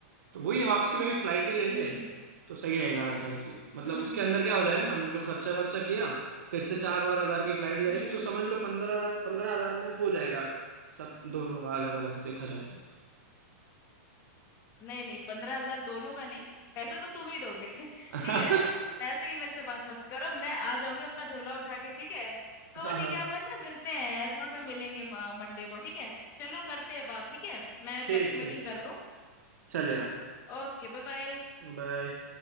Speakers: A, on the right; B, on the left.
A: तो वही है, वापसी में भी फ्लाइट ही लेंगे
B: हम्म हम्म
A: तो सही रहेगा वैसा ही क्यों मतलब
B: हम्म हम्म
A: उसके
B: हम्म
A: अंदर
B: हम्म
A: क्या हो जाएगा ना हमने जो खर्चा वर्चा किया फिर से चार बार हजार की फ्लाइट जाएगी
B: हम्म हम्म,
A: तो
B: हम्म।
A: समझ लो पंद्रह पंद्रह हजार में हो जाएगा सब दोनों का अलग अलग देखा जाए तो
B: नहीं नहीं पंद्रह हजार दोनों का नहीं पैसे तो तुम ही दोगे <laughs> ठीक
A: <laughs>
B: है पैसे की मेरे से बात मत करो मैं आ जाऊंगी अपना झोला उठा के ठीक है तो
A: हाँ
B: ठीक
A: हाँ
B: है अपन ना मिलते हैं एयरपोर्ट में मिलेंगे मंडे को ठीक है चलो करते हैं बात ठीक है मैं
A: ठीक
B: पैकिंग वैकिंग
A: ठीक
B: कर लूँ
A: चलेगा
B: Okay bye bye
A: बाय